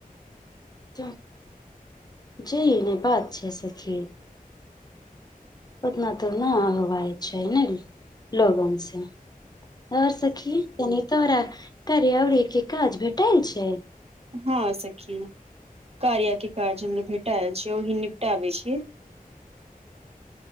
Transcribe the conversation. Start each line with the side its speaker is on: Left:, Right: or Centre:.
Left: त जे इ नै बात छै सखी ओतना तो ना होवइ छै ने लोगन से आर सखी, तोरा करी आओरी के काज भेटल छै?
Right: हँ सखी कार्य के काज मे भटाइल छियै ओहि निपटाबे छियै